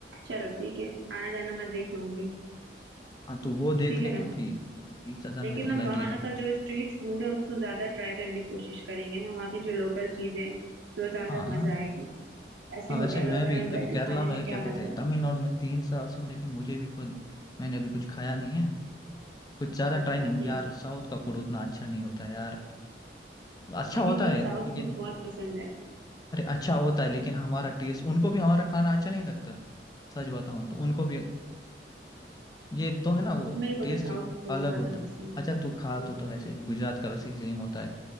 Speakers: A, on the right; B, on the left.
A: चलो ठीक है आना जाना मैं देख लूंगी
B: हाँ तो वो देख
A: ठीक
B: ले
A: है ना
B: क्योंकि बीस हजार
A: लेकिन
B: में तो फ्लाइट
A: हम वहाँ
B: इधर उधर
A: का जो स्ट्रीट फूड है उसको ज्यादा ट्राई करने की कोशिश करेंगे ना वहाँ के जो लोकल चीजें हैं, तो ज्यादा
B: हाँ
A: मजा आएगी ऐसे
B: हाँ वैसे
A: होटल
B: मैं
A: वगैरह
B: भी
A: में
B: अभी
A: बैठे
B: केरला
A: खाने
B: में
A: में क्या
B: क्या कहते
A: मजा
B: हैं
A: है
B: तमिलनाडु में तीन साल से हूँ लेकिन मुझे भी खुद मैंने अभी कुछ खाया नहीं है कुछ ज्यादा
A: अच्छा
B: ट्राई नहीं
A: ठीक
B: यार
A: है
B: साउथ का फूड उतना अच्छा नहीं होता यार अच्छा
A: लेकिन
B: होता
A: मुझे
B: है
A: साउथ
B: लेकिन
A: फूड बहुत पसंद है
B: अरे अच्छा होता है लेकिन हमारा टेस्ट उनको भी हमारा खाना अच्छा नहीं लगता सच बताऊं तो उनको भी ये दो है ना वो
A: मेरे को
B: टेस्ट
A: तो साउथ बहुत
B: अलग
A: ज्यादा
B: होता है
A: पसंद
B: अच्छा
A: है
B: तू खा
A: फूड
B: तू तो वैसे भी गुजरात का वैसे ही सेम होता है